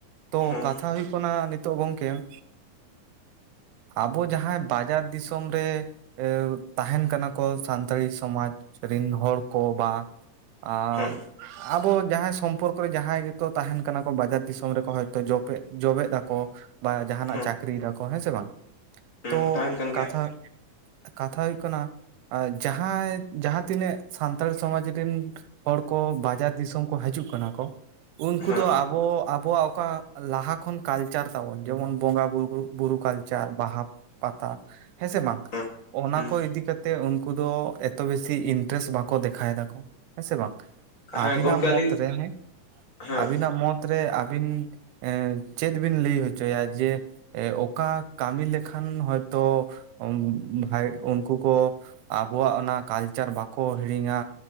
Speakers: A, on the right; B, on the left.
A: ᱛᱚ
B: ᱦᱮᱸ
A: ᱦᱩᱭᱩᱜ ᱠᱟᱱᱟ ᱱᱤᱛᱚᱜ ᱜᱚᱝᱠᱮ ᱮᱸ ᱟᱵᱚ ᱡᱟᱦᱟᱸᱭ ᱵᱟᱡᱟᱨ ᱫᱤᱥᱚᱢ ᱨᱮ, ᱮ ᱛᱟᱦᱮᱸᱱ ᱠᱟᱱᱟ ᱠᱚ ᱥᱟᱱᱛᱟᱲᱤ ᱥᱚᱢᱟᱡᱽ ᱨᱤᱱ ᱦᱚᱲ ᱠᱚ ᱵᱟ ᱟ
B: ᱦᱮᱸ
A: ᱟᱵᱚ ᱡᱟᱦᱟᱸᱭ ᱥᱚᱢᱯᱚᱨᱠᱚᱨᱮ ᱡᱟᱦᱟᱸᱭ ᱜᱮᱠᱚ ᱛᱟᱦᱮᱸᱱ ᱠᱟᱱᱟ ᱠᱚ ᱵᱟᱡᱟᱨ ᱫᱤᱥᱚᱢ ᱨᱮᱠᱚ ᱦᱚᱭᱛᱚ ᱡᱚᱯᱮᱫ ᱡᱚᱵᱮᱫ ᱫᱟᱠᱚ ᱵᱟ ᱡᱟᱦᱟᱸᱱᱟᱜ
B: ᱦᱮᱸ
A: ᱪᱟᱹᱠᱨᱤᱭ ᱫᱟᱠᱚ ᱦᱮᱸ ᱥᱮ ᱵᱟᱝ,
B: ᱦᱮᱸ
A: ᱛᱚ
B: ᱛᱟᱦᱮᱱ ᱠᱟᱱ
A: ᱠᱟᱛᱷᱟ
B: ᱜᱮᱭᱟ
A: ᱠᱟᱛᱷᱟ ᱦᱩᱭᱩᱜ ᱠᱟᱱᱟ ᱡᱟᱦᱟᱸᱭ ᱡᱟᱦᱟᱸ ᱛᱤᱱᱟᱹᱜ ᱥᱟᱱᱛᱟᱲ ᱥᱚᱢᱟᱡᱽ ᱨᱮᱱ ᱦᱚᱲ ᱠᱚ ᱵᱟᱡᱟᱨ ᱫᱤᱥᱚᱢ ᱠᱚ ᱦᱤᱡᱩᱜ ᱠᱟᱱᱟ ᱠᱚ, ᱩᱱᱠᱩ
B: ᱦᱮᱸ
A: ᱫᱚ ᱟᱵᱚ ᱟᱵᱚᱣᱟᱜ ᱚᱠᱟ ᱞᱟᱦᱟᱜ ᱮᱠᱷᱚᱱ ᱠᱟᱞᱪᱟᱨ ᱛᱟᱵᱚᱱ ᱡᱮᱢᱚᱱ ᱵᱚᱸᱜᱟᱼᱵᱩᱨᱩ ᱵᱩᱨᱩ ᱠᱟᱞᱪᱟᱨ ᱵᱟᱦᱟ ᱯᱟᱛᱟ ᱦᱮᱸ ᱥᱮ ᱵᱟᱝ
B: ᱦᱮᱸ
A: ᱚᱱᱟ
B: ᱦᱮᱸ
A: ᱠᱚ ᱤᱫᱤ ᱠᱟ ᱛᱮ ᱩᱱᱠᱩ ᱫᱚ ᱮᱛᱚ ᱵᱮᱥᱤ ᱤᱱᱴᱟᱨᱮᱥᱴ ᱵᱟᱠᱚ ᱫᱮᱠᱷᱟᱭ ᱫᱟᱠᱚ ᱦᱮᱸ ᱥᱮ ᱵᱟᱝ?
B: ᱦᱮᱸ
A: ᱟᱹᱵᱤᱱᱟᱜ
B: ᱜᱚᱢᱠᱮ
A: ᱢᱚᱛᱨᱮ
B: ᱟᱹᱞᱤᱧ
A: ᱦᱮᱸ
B: ᱦᱮᱸ
A: ᱟᱹᱵᱤᱱᱟᱜ ᱢᱚᱛᱨᱮ ᱟᱹᱵᱤᱱ ᱮᱸ ᱪᱮᱫ ᱵᱤᱱ ᱞᱟᱹᱭ ᱦᱚᱪᱚᱭᱟ ᱡᱮ ᱚᱠᱟ ᱠᱟᱹᱢᱤ ᱞᱮᱠᱷᱟᱱ ᱦᱚᱭᱛᱳ <inaudible> ᱩᱱᱠᱩ ᱠᱚ ᱟᱵᱚᱣᱟᱜ ᱚᱱᱟ ᱠᱟᱞᱪᱟᱨ ᱵᱟᱠᱚ ᱦᱤᱲᱤᱧᱟ᱾